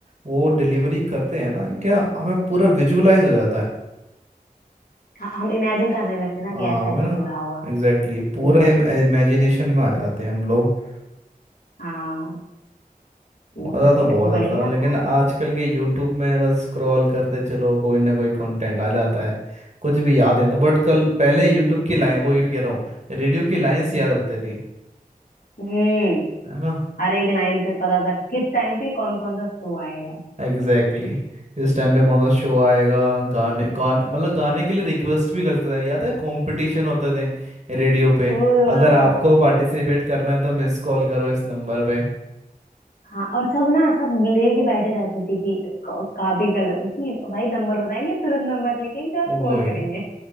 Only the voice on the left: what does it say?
हाँ, हम इमेजिन करने लगते हैं ना
कि ऐसा
ऐसा
हो रहा होगा
पूरा
हाँ ये
तो
है
बढ़िया
था
हम्म
हम्म,
हर एक लाइन पे पता था किस टाइम पे कौन कौन सा शो आएगा
वो, हाँ
हाँ, और सब ना सब लेके बैठे रहते थे कि क- कॉपी कलम कि भाई नंबर बताएंगे तुरंत नंबर लिखेंगे और
फोन करेंगे